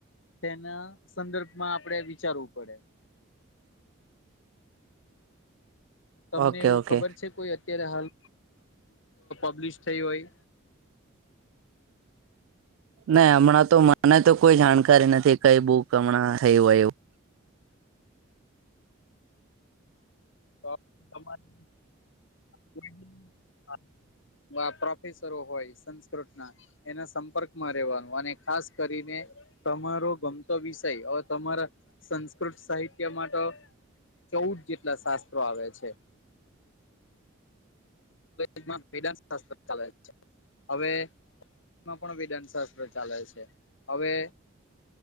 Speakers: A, on the left; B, on the right.
A: તેના સંદર્ભમાં આપડે વિચારવું પડે તમને
B: ઓકે
A: એવું
B: ઓકે
A: ખબર છે કોઈ અત્યારે હાલ પબ્લિશ થઈ હોય
B: નાહી હમણાં તો મને તો કોઈ જાણકારી નથી કઈ બુક હમણાં થયું હોય એવું
A: તો તમારે <unintelligible> પ્રોફેસરો હોય સંસ્કૃત ના. એના સંપર્કમાં રહેવાનું અને ખાસ કરીને તમારો ગમતો વિષય હ તમારા સંસ્કૃત સાહિત્ય માતો ચૌદ જેટલા શાસ્ત્રો આવે છે. <unintelligible> શાત્ર ચાલે છે હવે પણ દન શાસ્ત્ર ચાલે છે હવે